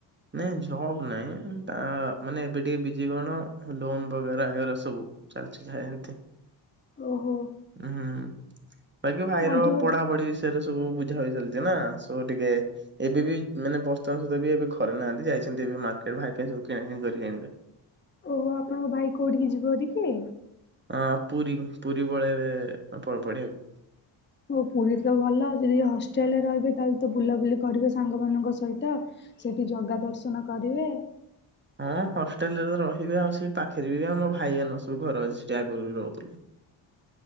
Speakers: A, on the right (about 20°); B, on the left (about 20°).
A: ନାଇଁ ଜବ ନାଇଁ ତା ମାନେ ଏବେ ଟିକେ ବିଜି କଣ ଲୋନ ବଗରା ଏରା ସବୁ ଚାଲିଛି ଯାହା ଏମିତି।
B: ଓହୋ।
A: ଉଁ ହୁଁ ବାକି ଭାଇର
B: ଆଣ୍ଟି ବୋ
A: ପଢାପଢି ବି ସେରା ସବୁ ବୁଝା ବୁଝି ଚାଲିଛି ନା ଏ ସବୁ ଟିକେ ଏବେ ବି ମାନେ ବ ର୍ତମାନ ସୁଦ୍ଧା ବି ଏବେ ଘରେ ନାହାନ୍ତି ଯାଇଛନ୍ତି ଏବେ ମାର୍କେଟ ଭାଇ ପାଇଁ ସବୁ କିଣା କିଣି କରି ଆଣିବେ।
B: ଓହୋ ଆପଣଙ୍କ ଭାଇ କୋଉଠିକି ଯିବେ ଆଜି କି
A: ହଁ ପୁରୀ ପୁରୀ ପଳେଇବେ ଏବେ ପଢ଼ିବାକୁ।
B: ଓ ପୁରୀ ତ ଭଲ ଯଦି ହଷ୍ଟେଲରେ ରହିବେ ତାହେଲେ ତ ବୁଲାବୁଲି କରିବେ ସାଙ୍ଗମାନାନଙ୍କ ସହିତ ସେଠି ଜଗା ଦର୍ଶନ କରିବେ।
A: ହଁ ହଷ୍ଟେଲ ରେ ତ ରହିବେ ଆଉ ସେଇ ପାଖରେ ବି ଆମ ଭାଇ ମାନ ସବୁ ଘର ଅଛି ସେଠି ଆଗରୁ ବି ରହୁଥିଲେ।
B: <inaudible>